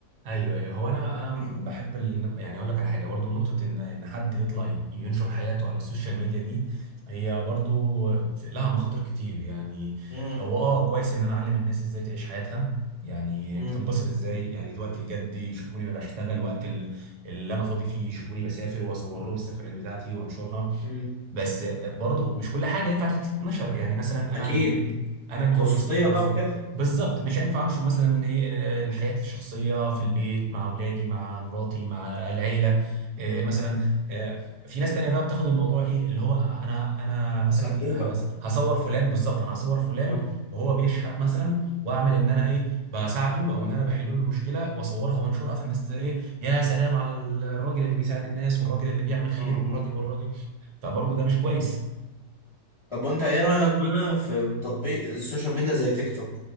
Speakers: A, on the right; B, on the left.
A: ايوه ايوه هو انا انا
B: مم.
A: بحب ال... يعني اقول لك على حاجه برضو نقطه ان ان حد يطلع ي- ينشر حياته على السوشيال ميديا دي هي برضو في- لها مخاطر كتير يعني
B: مم.
A: هو اه كويس ان انا اعلم الناس ازاي تعيش حياتها يعني
B: مم.
A: بتنبسط ازاي يعني دي وقت الجد يشوفوني ببقى بشتغل وقت ال- اللي انا فاضي فيه يشوفوني بسافر واصور لهم السفريات بتاعتي وانشرها
B: مم.
A: بس برضو مش كل حاجه ينفع تتنشر يعني مثلا انا
B: اكيد
A: مج... انا اتجوزت
B: خصوصيه بقى
A: مثلا
B: وكده
A: بالظبط مش هينفع انشر مثلا ايه حياتي الشخصيه في البيت مع اولادي مع مراتي مع العيله إيه مثلا إيه في ناس تانية بقى بتاخد الموضوع ايه اللي هو انا انا مثلا
B: سبوبه
A: ايه هص- هصور فلان بالظبط انا هصور فلان
B: آه.
A: وهو بيشحت مثلا واعمل ان انا ايه بساعده او ان انا بحل له المشكله واصورها وانشرها فالناس ت- ايه يا سلام على الراجل اللي بيساعد الناس والراجل اللي بيعمل خير
B: مم.
A: والراجل والراجل فبرضه ده مش كويس
B: طب وانت ايه رأيك بقى في تطبيق السوشيال ميديا زي تيك توك